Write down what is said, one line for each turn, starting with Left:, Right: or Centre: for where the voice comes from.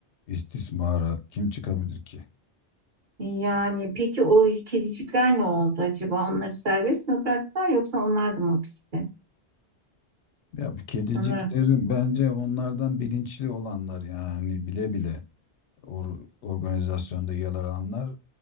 Left: istismara kim çıkabilir ki?
Right: Yani peki o kedicikler ne oldu acaba? Onları serbest mi bıraktılar yoksa onlar da mı hapiste?
Left: Ya bir kediciklerin
Right: Onları
Left: bence onlardan bilinçli olanlar yani bile bile or- organizasyonda yer alanlar